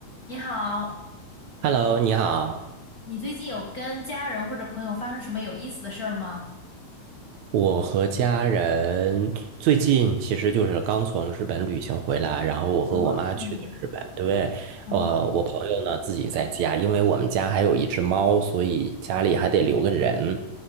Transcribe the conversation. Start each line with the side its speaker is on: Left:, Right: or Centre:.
Left: 你好，
Right: Hello，你好。
Left: 你最近有跟家人或者朋友发生什么有意思的事儿吗？
Right: 我和家人最近其实就是刚从日本旅行回来，然后我和我妈去的日本。
Left: 嗯，
Right: 对，
Left: 哦，
Right: 呃，我朋友呢自己在家，因为我们家还有一只猫，所以家里还得留个人。